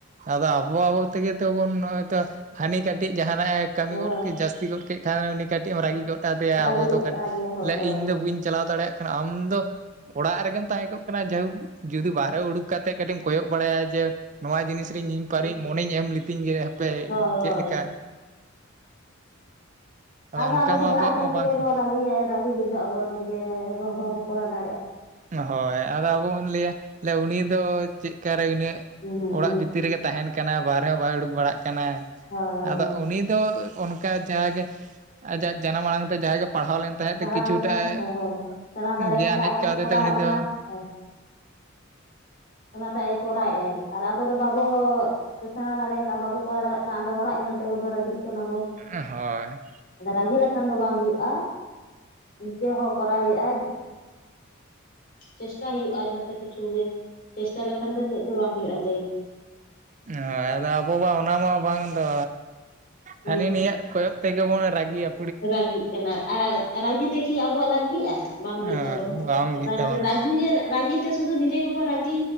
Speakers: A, on the right; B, on the left.
A: ᱟᱫᱚ ᱟᱵᱚ ᱟᱵᱚ ᱛᱮᱜᱮ ᱛᱚᱵᱚᱱ ᱱᱚᱜ-ᱚᱭ ᱛᱚ ᱦᱟᱹᱱᱤ ᱠᱟᱹᱴᱤᱡ ᱡᱟᱦᱟᱸᱱᱟᱜ ᱮ ᱠᱟᱹᱢᱤ
B: ᱦᱳᱭ
A: ᱜᱚᱫ
B: ᱦᱳᱭ
A: ᱠᱮᱫ ᱡᱟᱹᱥᱛᱤ ᱜᱚᱫ ᱠᱮᱫ ᱠᱷᱟᱱ ᱩᱱᱤ ᱠᱟᱹᱴᱤᱡ ᱮᱢ ᱨᱟᱹᱜᱤ ᱜᱚᱫ ᱟᱫᱮᱭᱟ,
B: ᱪᱮᱫ ᱨᱟᱹᱜᱤ
A: ᱟᱵᱚ
B: ᱜᱚᱫ
A: ᱫᱚ ᱠᱟᱹᱴᱤᱡᱮ
B: ᱟᱫᱮᱭᱟ ᱦᱳᱭ ᱦᱳᱭ
A: ᱤᱧ ᱫᱚ
B: ᱦᱳᱭ
A: ᱵᱟᱹᱧ ᱪᱟᱞᱟᱣ ᱫᱟᱲᱮᱭᱟᱜ ᱟᱢ ᱫᱚ ᱚᱲᱟᱜ ᱨᱮᱜᱮᱢ ᱛᱟᱦᱮᱸ ᱠᱚᱜ ᱠᱟᱱᱟ ᱡᱟᱭᱦᱳᱠ ᱡᱩᱫᱤ ᱵᱟᱨᱦᱮ ᱩᱰᱩᱠ ᱠᱟᱛᱮ ᱠᱟᱹᱴᱤᱡ ᱮᱢ ᱠᱚᱭᱚᱜ ᱵᱟᱲᱟᱭᱟ ᱡᱮ ᱱᱚᱣᱟ ᱡᱤᱱᱤᱥ ᱨᱮ ᱤᱧ ᱯᱟᱨᱤ ᱢᱚᱱᱮᱧ ᱮᱢ ᱞᱤᱛᱤᱧ ᱜᱮ᱾ ᱯᱮ
B: ᱦᱳᱭ ᱦᱳᱭ
A: ᱪᱮᱫ
B: ᱦᱳᱭ
A: ᱞᱮᱠᱟ?
B: ᱟᱫᱚ
A: ᱚᱱᱠᱟ
B: ᱟᱵᱚ ᱫᱚ
A: ᱢᱟ
B: ᱦᱚᱲᱟᱜ
A: ᱟᱵᱚᱣᱟᱜ
B: ᱧᱮᱞ
A: ᱢᱟ
B: ᱛᱮᱜᱮ
A: ᱵᱟᱝ
B: ᱵᱚᱱ ᱨᱟᱹᱜ ᱤᱭᱟᱹ ᱨᱟᱹᱜᱤ ᱜᱩᱡᱩᱜ-ᱟ ᱵᱚ᱾ ᱱᱤᱡᱮ ᱡᱮ ᱵᱟ ᱵᱚ ᱠᱚᱨᱟᱣ ᱫᱟᱲᱮᱜ-ᱟ᱾
A: ᱦᱳᱭ, ᱟᱫᱚ ᱟᱵᱚ ᱵᱚᱱ ᱞᱟᱹᱭᱟ ᱩᱱᱤ ᱫᱚ ᱪᱮᱫᱠᱟᱨᱮ ᱩᱱᱟᱹᱜ
B: ᱦᱩᱸ
A: ᱚᱲᱟᱜ
B: ᱦᱩᱸ
A: ᱵᱷᱤᱛ ᱛᱤᱨ ᱨᱮᱜᱮ ᱛᱟᱦᱮᱱ ᱠᱟᱱᱟ ᱵᱟᱨᱦᱮ ᱦᱚᱸ ᱵᱟᱭ ᱩᱰᱩᱠ ᱵᱟᱲᱟᱜ ᱠᱟᱱᱟ᱾
B: ᱦᱳᱭ
A: ᱟᱫᱚ ᱩᱱᱤ ᱫᱚ ᱚᱱᱠᱟ ᱡᱟᱜᱮ ᱟᱡᱟᱜ ᱡᱟᱱᱟᱢ ᱟᱲᱟᱝ ᱛᱮ ᱡᱟᱦᱟᱸ ᱜᱮ ᱯᱟᱲᱦᱟᱣ ᱞᱮᱱ ᱛᱟᱦᱮᱸᱫ
B: ᱯᱟᱲᱦᱟᱣ
A: ᱛᱮ ᱠᱤᱪᱷᱩᱴᱟᱜ
B: ᱞᱮᱱᱟᱭ, ᱦᱳᱭ ᱦᱳᱭ, ᱥᱮᱬᱟ ᱫᱟᱲᱮ
A: ᱜᱮᱭᱟᱱ
B: ᱟᱠᱟᱜ-ᱟᱭ
A: ᱦᱮᱡ ᱠᱟᱣᱫᱮ
B: ᱯᱮ ᱠᱚᱨᱟᱣ
A: ᱛᱮ ᱩᱱᱤ
B: ᱚᱱᱟ
A: ᱫᱚ
B: ᱦᱳᱭ᱾ ᱚᱱᱟᱴᱟᱜ-ᱮ ᱠᱚᱨᱟᱣᱮᱜ-ᱟᱭ᱾ ᱟᱨ ᱟᱵᱚ ᱫᱚ ᱵᱟᱵᱚ ᱥᱮᱬᱟ ᱫᱟᱲᱮᱭ ᱠᱟᱜ-ᱟ, ᱵᱟᱵᱚ ᱠᱚᱨᱟᱣ ᱫᱟᱲᱮᱭᱟᱜ ᱠᱟᱱᱟ, ᱟᱫᱚ ᱦᱚᱲᱟᱜ ᱧᱮᱞ ᱛᱮᱜᱮᱵᱚ ᱨᱟᱹᱜᱤᱜ ᱠᱟᱱᱟ ᱵᱚ᱾
A: ᱦᱳᱭ᱾
B: ᱟᱫᱚ ᱨᱟᱹᱜᱤ ᱞᱮᱠᱷᱟᱱ ᱫᱚ ᱵᱟᱝ ᱦᱩᱭᱩᱜ-ᱟ, ᱤᱭᱟᱹ ᱦᱚᱸ ᱠᱚᱨᱟᱣ ᱦᱩᱭᱩᱜᱼᱟ, ᱪᱮᱥᱴᱟᱭ ᱦᱩᱭᱩᱜᱼᱟ ᱡᱷᱚᱛᱚ ᱠᱤᱪᱷᱩ ᱜᱮ᱾ ᱪᱮᱥᱴᱟ ᱞᱮᱠᱷᱟᱱ ᱫᱚ ᱪᱮᱫ ᱫᱚ ᱵᱟᱝ ᱦᱩᱭᱩᱜ-ᱟ ᱞᱟᱹᱭ᱾
A: ᱦᱳᱭ, ᱟᱫᱚ ᱟᱵᱚ ᱢᱟ ᱚᱱᱟ ᱢᱟ ᱵᱟᱝ ᱫᱚ
B: ᱦᱩᱸ
A: ᱦᱟᱹᱱᱤ ᱱᱟᱹᱭᱟᱜ᱾ ᱠᱚᱭᱚᱜ ᱛᱮᱜᱮ ᱵᱚᱱ ᱨᱟᱜᱤᱜ-ᱟ᱾
B: ᱨᱟᱹᱜᱤᱜ ᱠᱟᱱᱟ ᱟᱨ ᱨᱟᱹᱜᱤ ᱛᱮ ᱠᱤ ᱟᱵᱚᱣᱟᱜ ᱞᱟᱹᱡ ᱵᱤᱜ-ᱟ? ᱵᱟᱢ ᱵᱤᱜ
A: ᱦᱮᱸ
B: ᱛᱟᱵᱚᱱᱟ᱾
A: ᱵᱟᱝ ᱵᱤᱜ
B: ᱨᱟᱡ
A: ᱛᱟᱵᱚᱱᱟ
B: ᱨᱟᱹᱜᱤ ᱜᱮ ᱨᱟᱹᱜᱤ ᱛᱮ ᱥᱩᱫᱷᱩ ᱱᱤᱡᱮ ᱜᱮᱵᱚᱱ ᱨᱟᱹᱜᱤ